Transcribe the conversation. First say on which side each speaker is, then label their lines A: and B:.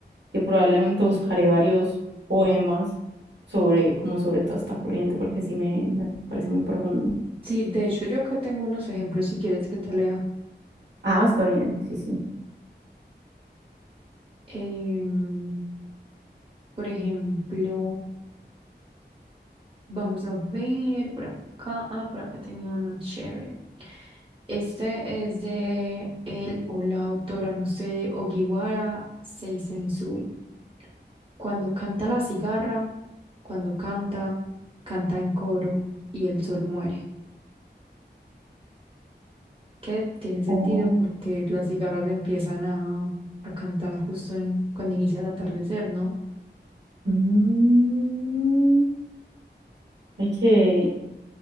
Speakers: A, on the right; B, on the right.
A: que probablemente buscaré varios poemas sobre, como sobre toda esta corriente, porque sí me, me parece muy profundo.
B: Sí, de hecho yo acá tengo unos ejemplos si quieres que te lea.
A: Ah, está bien, sí, sí.
B: Em, Por ejemplo, vamos a ver por acá. Ah, por acá tenía uno chévere. Este es de él o la autora, no sé, Ogiwara Seisensui. Cuando canta la cigarra, cuando canta, canta en coro y el sol muere. Que tiene sentido
A: Oh,
B: porque las cigarras empiezan a, a cantar justo en- cuando inicia el atardecer, ¿no?
A: mm, ay, que,